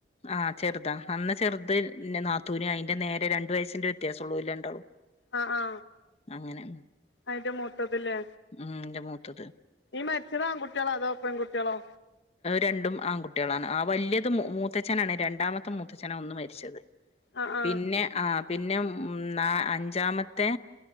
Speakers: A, on the left; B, on the left.
A: ആ ചെറുതാ. അന്നാ ചെറുത് ന്റെ നാത്തൂന്, അയിന്റെ നേരെ രണ്ട് വയസ്സിന്റെ വ്യത്യാസം ഉള്ളൂ ഓല് രണ്ടാളും.
B: ആഹ് ആ
A: അങ്ങനെ
B: അയിന്റെ മൂത്തത് ല്ലേ?
A: ഉം അയിന്റെ മൂത്തത്.
B: ഈ മരിച്ചത് ആൺ കുട്ടികളോ അതോ പെങ്കുട്ടികളോ?
A: രണ്ടും ആൺകുട്ടികളാണ്. ആ വല്യത് മൂത്തച്ഛനാണ് രണ്ടാമത്തെ മൂത്തച് ച്ഛന ഒന്ന് മരിച്ചത്.
B: ആഹ് ആഹ്
A: പിന്നെ ആ പിന്നെ മ് നാ അഞ്ചാമത്തെ